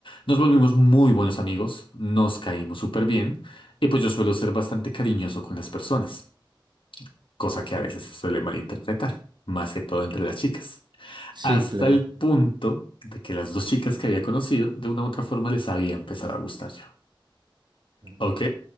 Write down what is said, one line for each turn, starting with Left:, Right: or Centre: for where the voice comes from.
Left: Nos volvimos muy buenos amigos, nos caímos súper bien, y pues yo suelo ser bastante cariñoso con las personas, cosa
Right: Ok.
Left: que a veces se suele malinterpretar, más que todo entre las chicas.
Right: Sí,
Left: Hasta
Right: claro.
Left: el punto de que las dos chicas que había conocido, de una u otra forma les había empezado a gustar yo.
Right: ujú.
Left: Ok.